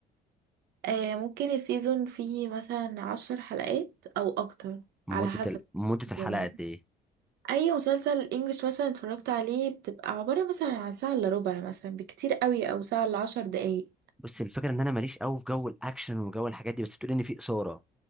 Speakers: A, on the right; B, in the centre.
A: آه، ممكن السيزون فيه مثلا عشر حلقات أو أكتر
B: مده
A: على حسب
B: ال مده
A: السيزون
B: الحلقه
A: يعني.
B: قد ايه
A: أي مسلسل إنجليش مثلا اتفرجت عليه بتبقى عبارة مثلا عن ساعة إلا ربع مثلا بكتير قوي أو ساعة إلا عشر دقايق
B: بص الفكره ان انا ماليش قوي في جو الاكشن وجو الحاجات دي بس بتقول ان في اثاره